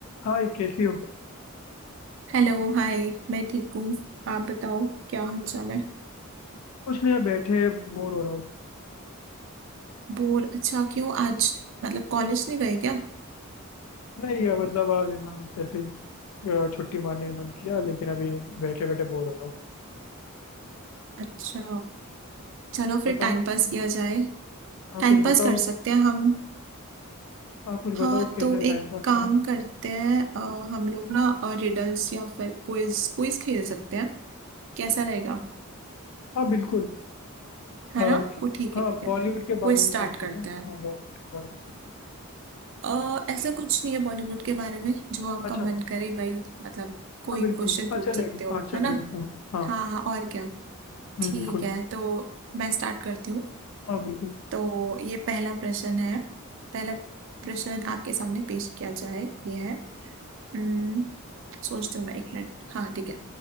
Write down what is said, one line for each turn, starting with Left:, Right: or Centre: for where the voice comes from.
Left: हाय कैसी हो
Right: Hello hi मैं ठीक हूँ आप बताओ क्या हाल चाल है
Left: कुछ नहीं यार, बैठे बोर हो रहा हूँ यार।
Right: बोर अच्छा क्यों आज मतलब कॉलेज नहीं गए क्या
Left: नहीं यार मतलब आज है ना मतलब ऐसे ही अ, छुट्टी मारने का मन किया लेकिन अभी बैठे बैठे बोर हो रहा हूँ
Right: अच्छा चलो
Left: बताओ
Right: फिर टाइम पास किया जाए
Left: हाँ
Right: टाइम
Left: कुछ बताओ
Right: पास कर सकते हैं हम
Left: हाँ कुछ
Right: हाँ
Left: बताओ कैसे
Right: तो
Left: टाइम
Right: एक
Left: पास
Right: काम
Left: करें
Right: करते हैं अ, हम लोग ना और रिडल्स या फिर क्विज क्विज खेल सकते हैं कैसा रहेगा
Left: हाँ बिल्कुल
Right: है
Left: अ,
Right: ना
Left: कि-
Right: वो ठीक
Left: हाँ
Right: है ठीक
Left: बॉलीवुड
Right: है क्विज
Left: के बारे में
Right: स्टार्ट
Left: करते हैं
Right: करते
Left: ना
Right: हैं
Left: हाँ बॉलीवुड के बारे में करते हैं
Right: अ, ऐसा कुछ नहीं है बॉलीवुड के बारे में जो आपका
Left: अच्छा
Right: मन करे भाई मतलब कोई
Left: हाँ बिल्कुल
Right: भी क्वेश्चन
Left: हाँ
Right: पूछ
Left: चलेगा
Right: सकते हो
Left: हाँ चलेगा
Right: है ना
Left: हाँ हाँ
Right: हाँ हाँ और क्या
Left: हम्म,
Right: ठीक
Left: बिल्कुल
Right: है तो मैं स्टार्ट करती हूँ
Left: हाँ बिल्कुल
Right: तो ये पहला प्रश्न है पहला प्रश्न आपके सामने पेश किया जाए ये है अम्म, सोचती हूँ मैं एक मिनट हाँ ठीक है